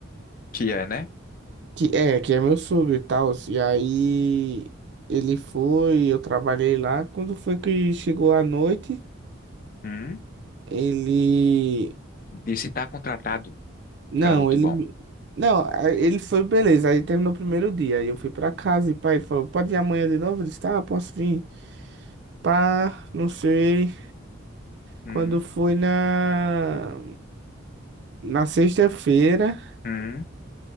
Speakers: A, on the left; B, on the right.
A: Que é, né?
B: Que é, que é meu sogro e tal. E aí ele foi, eu trabalhei lá. Quando foi que chegou a noite,
A: Hum.
B: ele.
A: E se tá contratado,
B: Não,
A: garoto
B: ele.
A: bom.
B: me- Não, a- ele foi, beleza. Aí terminou o primeiro dia. Aí eu fui pra casa e pai, ele falou: pode ir amanhã de novo? Eu disse: tá, posso vir. Pá, não sei.
A: Hum,
B: Quando foi na. Na sexta-feira,
A: hum,